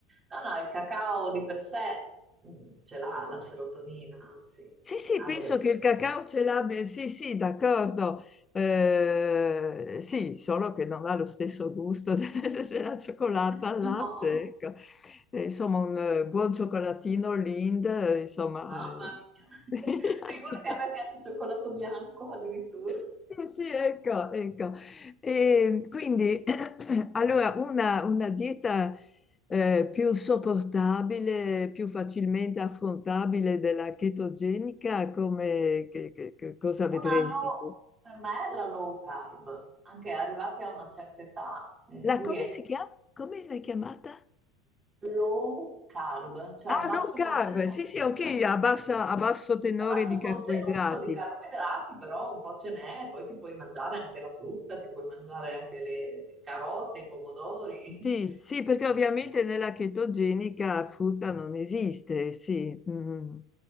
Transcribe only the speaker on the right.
No, no, il cacao di per sé mm, ce l'ha la serotonina, anzi,
ha
delle proprietà.
<laughs>
No,
mamma
mia. <laughs>
Figurati, a me piace il cioccolato bianco addirittura.
Un anno
per me è la low carb, anche arrivati a una certa età in
cui
è
low carb, cioè
a basso
contenuto,
a basso
contenuto di carboidrati, però un po' ce n'è, poi ti puoi mangiare anche la frutta, ti puoi mangiare anche le carote, i pomodori.
<laughs>